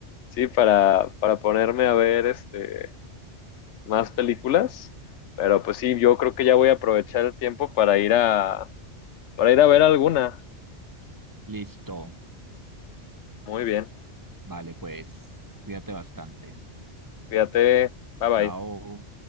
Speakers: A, on the left; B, on the right.
A: sí, para, para ponerme a ver este, más películas. Pero pues sí, yo creo que ya voy a aprovechar el tiempo para ir a, para ir a ver alguna.
B: Listo.
A: Muy bien,
B: Vale, pues, cuídate bastante.
A: cuídate, bye bye.
B: Chao.